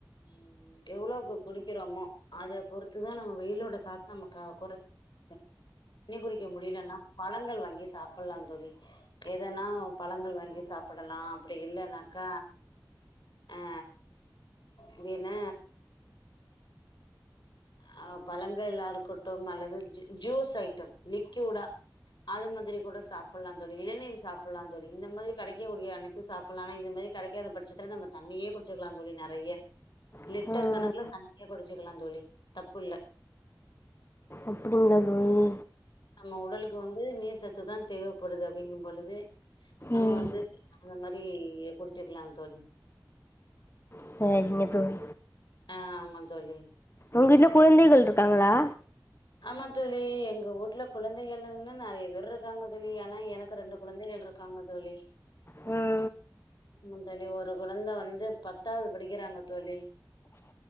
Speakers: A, on the left (about 75°); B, on the left (about 30°).
A: ம் ம் எவ்ளோக்கு குடிக்கிறோமோ அத பொறுத்துதா நம்ம வெயிலோட தாக்கம்மக்கா கொறச் தண்ணி குடிக்க முடிய்லன்னா பழங்கள் வாங்கி சாப்புட்லா தோழி எதன்னா பழங்கள் வாங்கி சாப்புடலா அப்புடி இல்லன்னாக்க அ இது என்ன அ பழங்களலா இருக்குட்டு மல்லது ஜு ஜூஸ் ஐட்டம் லிக்யூடா அத மாதுரி கூட சாப்புட்லா தோழி இளநீர் சாப்புல்லா தோழி இந்த மரி கடைக்கூடிய அனைத்து சாப் புல்லா ஆனா இந்தமேரி கடைக்காத பட்சத்துல நம்ம தண்ணியே குடிச்சிக்லா தோழி நறைய லிட்டர்
B: ம்
A: கணக்குல தண்ணிய குடிச்சிக்குலா தோழி தப்புல்ல
B: அப்புடிங்ளா தோழி
A: நம்ம உடலுக்கு வந்து நீர் சத்துதா தேவேப்படுது அப்டிங்கும்பொழுது நம்ம
B: ம்
A: வந்து அந்த மாரி குடிச்சிக்லா தோழி
B: சரிங்க தோழி
A: அ ஆம்மா தோழி
B: ஒங் வீட்ல குழந்தைகள்ருக்காங்களா
A: ஆமா தோழி எங்க ஊட்ல குழந்தைகளுன்னு நெறைய பேர் இருக்காங்க தோழி ஆனா எனக்கு ரெண்டு குழந்தைகள் இருக் காங்க தோழி
B: ம்
A: ஆமா தோழி ஒரு குழந்த வந்து பத்தாவது படிக்கிறாங்க தோழி